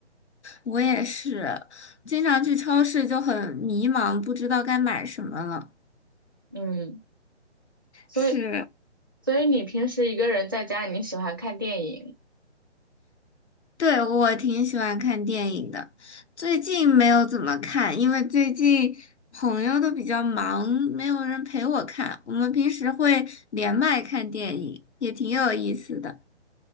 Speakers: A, on the left; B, on the right.
A: 我也是，经常去超市就很迷茫，不知道该买什么了。
B: <laughs> 嗯，所以
A: 是。
B: 所以你平时一个人在家，你喜欢看电影，
A: 对，我挺喜欢看电影的，最近没有怎么看，因为最近朋友都比较忙，没有人陪我看。我们平时会连麦看电影，也挺有意思的。